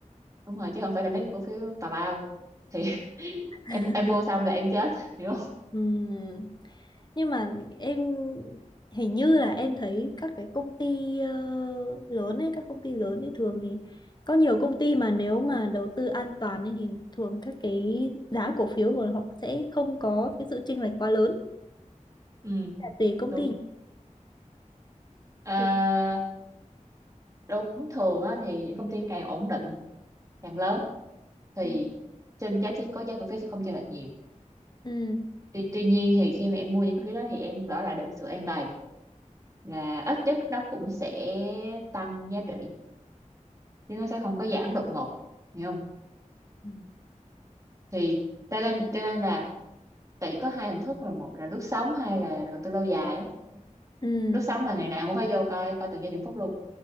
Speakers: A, on the right; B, on the left.
A: đúng rồi chứ không phải là mấy cái cổ phiếu tào lao thì <laughs>
B: <laughs>
A: em em mua xong là em chết hiểu không
B: Ừ. Nhưng mà em hình như là em thấy các cái công ty ờ, lớn ấy, các công ty lớn ấy thường thì có nhiều công ty mà nếu mà đầu tư an toàn ấy thì thường các cái giá cổ phiếu của họ sẽ không có cái sự chênh lệch quá lớn
A: ừ
B: Là tùy công
A: đúng
B: ty nhỉ?
A: Ờ,
B: Tùy.
A: đúng thường á, thì những công ty càng ổn định càng lớn thì
B: Ừ.
A: trên giá trị có giá cổ phiếu sẽ không chênh lệch nhiều
B: Ừ.
A: tuy, tuy nhiên thì khi mà em mua những cổ phiếu đó thì em đổi lại được sự an toàn là ít nhất nó cũng sẽ tăng giá trị chứ nó sẽ không có giảm đột ngột hiểu không
B: Ừ.
A: thì cho nên cho nên là tại vì có hai hình thức là một là lướt sóng hai là đầu tư lâu dài á.
B: Ừ.
A: lướt sóng là ngày nào cũng phải vô coi coi từng giây từng phút luôn